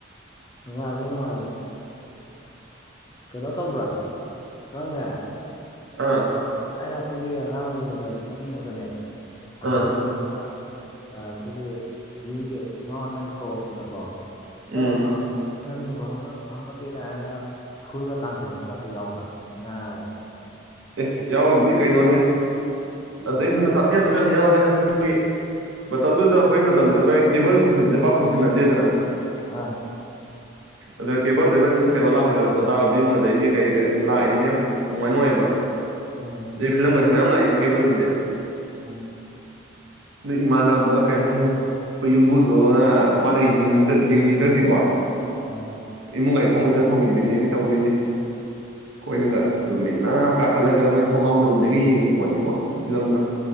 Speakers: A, on the left; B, on the right.
A: ꯅꯨꯡꯉꯥꯏꯕꯅꯦ ꯅꯨꯡꯉꯥꯏꯕꯅꯦ ꯀꯩꯅꯣ ꯇꯧꯕ꯭ꯔꯥ ꯅꯪꯅꯦ
B: ꯑꯥ
A: ꯊꯥꯏꯅ ꯑꯩꯈꯣꯏꯒꯤ ꯑꯉꯥꯡ ꯑꯣꯏꯔꯤꯉꯩꯗ ꯐꯤꯂꯝ ꯌꯦꯡꯕꯗꯅꯦ ꯑꯍꯜ
B: ꯑꯥ
A: ꯀꯩ ꯑ ꯑꯩꯈꯣꯏꯒꯤ ꯌꯨꯝꯒꯤ ꯏꯃꯥ ꯍꯣꯏꯅꯒ ꯀꯧꯔꯛꯄꯗꯀꯣ ꯆꯣꯂꯝ
B: ꯎꯝ
A: ꯍ ꯐꯨꯔꯒ ꯇꯥꯟꯊꯣꯔꯛꯄ ꯉꯥꯛꯇ ꯌꯥꯎꯕ꯭ꯔꯥ ꯉꯥꯡꯉꯒ
B: ꯑꯦ ꯌꯥꯎꯔꯤꯕꯅꯤ ꯀꯩꯅꯣꯅꯦ
A: ꯌꯦꯡꯗꯤ
B: ꯑꯗꯩ
A: ꯌꯦꯡꯅꯤ
B: ꯍꯦꯟꯅ ꯁꯥꯊꯤꯗꯕ ꯌꯥꯝ ꯌꯥꯎꯋꯤꯗ ꯑꯩꯈꯣꯏꯒꯤ ꯃꯇꯝꯗꯨꯗ ꯑꯩꯈꯣꯏ ꯃꯇꯝꯗꯗꯤ ꯚꯒꯤ ꯀꯦꯕꯜ ꯄꯨꯁꯟꯕꯁꯦ ꯄꯥꯛ ꯄꯨꯁꯤꯟꯅꯗꯦꯗꯅ
A: ꯑꯥ
B: ꯑꯗꯣ ꯀꯦꯕꯜꯗꯒ ꯑꯗꯨꯝ ꯀꯩꯅꯣ ꯂꯥꯛꯄꯅꯦꯕ ꯁꯣꯇꯥꯕꯤꯝ ꯑꯗꯩꯗꯤ ꯀꯩ ꯀꯩ ꯑꯗꯨꯝ ꯂꯥꯛꯏꯅꯦ ꯅꯨꯡꯉꯥꯏ ꯅꯨꯡꯉꯥꯏꯕ
A: ꯎꯝ
B: ꯑꯩ ꯐꯤꯂꯝꯕꯦ ꯁꯨ ꯃꯌꯥꯝ ꯂꯥꯛꯏꯌꯦꯅꯦ ꯀꯦꯕꯜꯗꯨꯗꯤ
A: ꯎꯝ
B: ꯑꯗꯨꯏ ꯏꯃꯥꯟꯅꯕ ꯀꯩꯍꯥꯏꯅꯤ ꯑꯩꯈꯣꯏ ꯌꯨꯝꯕꯨꯗꯨꯅ ꯃꯥꯅꯒ ꯌꯦꯡꯍꯪꯗ ꯌꯦꯡꯗ꯭ꯔꯗꯤꯀꫭ
A: ꯑꯥ
B: ꯏꯃꯨꯡꯒꯖꯦ ꯊꯣꯡ ꯂꫭꯟꯖꯤꯜꯂ ꯊꯝꯒꯤꯕꯤꯅꯦꯃꯦ ꯇꯧꯗꯣꯏꯖꯦ ꯑꯩꯈꯣꯏꯅꯒ ꯇꯨꯃꯤꯟꯅ ꯀꯥ ꯈꯠꯂꯒ ꯃꯣꯏ ꯊꯣꯡꯅꯥꯎ ꯃꯔꯨꯝꯗꯒꯤ ꯌꯦꯡꯉꯤ ꯄꯣꯠꯅꯤꯀꯣ ꯐꯤꯂꯝꯗꯣ